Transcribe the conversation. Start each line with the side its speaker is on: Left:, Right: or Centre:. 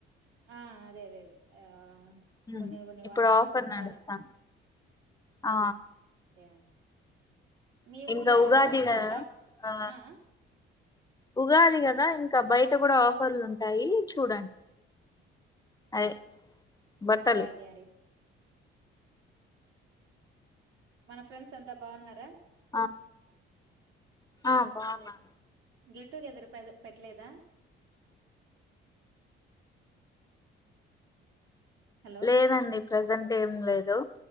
Right: ఆ అదే అదే అదే ఆ
Left: మ్మ్
Right: కొన్ని కొన్ని
Left: ఇప్పుడు
Right: వాటిలో
Left: ఆఫర్
Right: చూస్తా
Left: నడుస్తాం ఆ
Right: టాన్ మీ ఊర్ల
Left: ఇంకా ఉగాది కదా
Right: షాప్
Left: ఆ
Right: ఆహ్
Left: ఉగాది కదా ఇంక బయట కూడా ఆఫర్లు ఉంటాయి చూడండి అదే బట్టలు
Right: అలాగే అడి మన ఫ్రెండ్స్ అంత బాగున్నారా
Left: ఆ ఆ బాగా
Right: గెట్ టుగెదర్ పె పెట్టలేదా హలో
Left: లేదండి ప్రజెంట్ ఏం లేదు